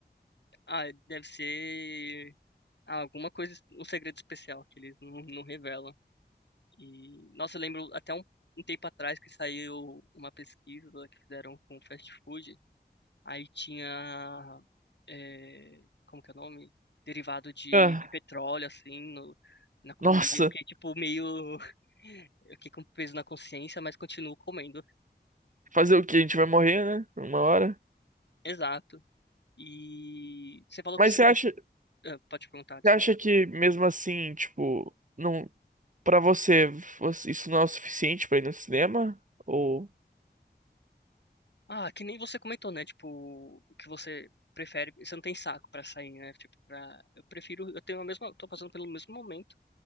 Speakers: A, on the left; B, on the right.
A: ah, deve ser alguma coisa, um segredo especial que eles não, não revelam. E, nossa, eu lembro até um, um tempo atrás que saiu uma pesquisa que fizeram com fast food. Aí tinha, é, como que é o nome? Derivado de,
B: Ah,
A: de petróleo, assim, no, na comida.
B: nossa,
A: Eu fiquei, tipo, meio... <laughs> Eu fiquei com peso na consciência, mas continuo comendo.
B: fazer o quê? A gente vai morrer, né? Uma hora.
A: Exato. E você falou
B: Mas
A: que você...
B: você
A: cur-
B: acha,
A: ah, Pode perguntar, desculpa.
B: você acha que mesmo assim, tipo. Não. Pra você, você- isso não é o suficiente pra ir no cinema? Ou.
A: Ah, que nem você comentou, né? Tipo, que você prefere, você não tem saco pra sair, né? Tipo, pra, eu prefiro, eu tenho a mesma, tô passando pelo mesmo momento.